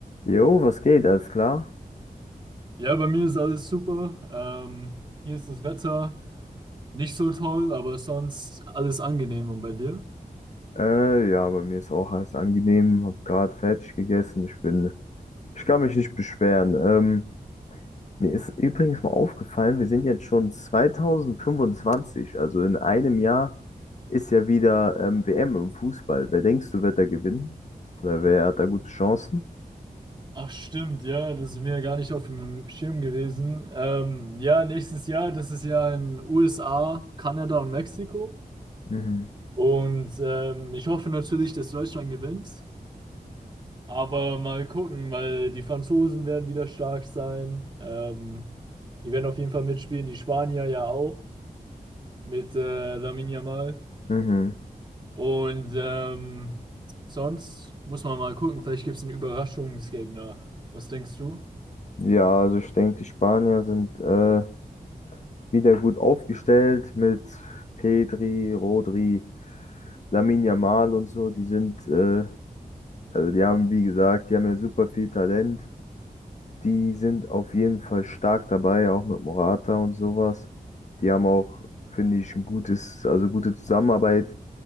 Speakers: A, on the left (about 50°); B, on the right (about 30°).
A: Jo, was geht? Alles klar?
B: Ja, bei mir ist alles super. Ähm, hier ist das Wetter nicht so toll, aber sonst alles angenehm. Und bei dir?
A: Äh, ja, bei mir ist auch alles angenehm. Hab gerade fertig gegessen. Ich bin, ich kann mich nicht beschweren. Ähm, mir ist übrigens mal aufgefallen, wir sind jetzt schon 2025. Also in einem Jahr ist ja wieder ähm, WM im Fußball. Wer denkst du, wird da gewinnen? Oder wer hat da gute Chancen?
B: Ach stimmt, ja, das ist mir gar nicht auf dem Schirm gewesen. Ähm, ja, nächstes Jahr, das ist ja in USA, Kanada und Mexiko.
A: Mhm.
B: Und ähm, ich hoffe natürlich, dass Deutschland gewinnt. Aber mal gucken, weil die Franzosen werden wieder stark sein. Ähm, die werden auf jeden Fall mitspielen, die Spanier ja auch, mit äh, Lamine Yamal.
A: Mhm.
B: Und ähm, sonst muss man mal gucken, vielleicht gibt es einen Überraschungsgegner. Was denkst du?
A: Ja, also ich denke, die Spanier sind äh, wieder gut aufgestellt mit Pedri, Rodri. Lamine Yamal und so, die sind, äh, also die haben, wie gesagt, die haben ja super viel Talent. Die sind auf jeden Fall stark dabei, auch mit Morata und sowas. Die haben auch, finde ich, ein gutes, also gute Zusammenarbeit